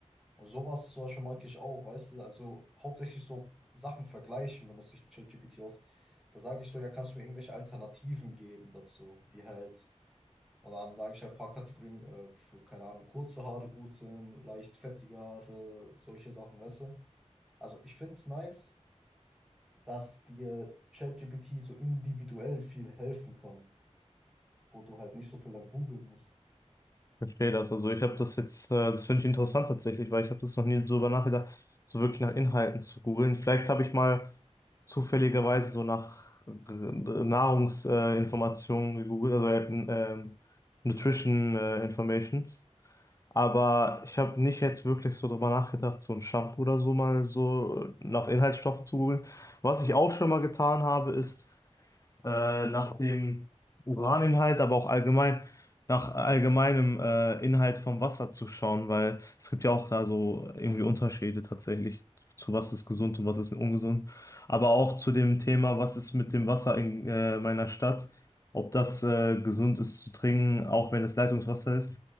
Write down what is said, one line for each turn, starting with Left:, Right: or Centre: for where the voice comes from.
Centre: Und sowas zum Beispiel mag ich auch, weißt du, also hauptsächlich so Sachen vergleichen benutze ich ChatGPT oft. Da sage ich so, ja, kannst du mir irgendwelche Alternativen geben dazu, die halt, und dann sage ich halt ein paar Kategorien äh, für, keine Ahnung, kurze Haare gut sind, leicht fettige Haare, solche Sachen, weißt du. Also ich finde es nice, dass dir ChatGPT so individuell viel helfen kann, wo du halt nicht so viel dann googeln musst.
Left: Ich verstehe das. Also ich habe das jetzt, äh, das finde ich interessant tatsächlich, weil ich habe das noch nie so über nachgedacht, so wirklich nach Inhalten zu googeln. Vielleicht habe ich mal zufälligerweise so nach Nahrungsinformationen gegoogelt, also äh, ähm, Nutrition äh, Informations. Aber ich habe nicht jetzt wirklich so drüber nachgedacht, so ein Shampoo oder so mal so nach Inhaltsstoffen zu googeln. Was ich auch schon mal getan habe, ist äh, nach dem Uraninhalt, aber auch allgemein nach allgemeinem äh, Inhalt vom Wasser zu schauen, weil es gibt ja auch da so irgendwie Unterschiede tatsächlich zu was ist gesund
Centre: Hm.
Left: und was ist ungesund. Aber auch zu dem Thema, was ist mit dem Wasser in äh, meiner Stadt, ob das äh, gesund ist zu trinken, auch wenn es Leitungswasser ist.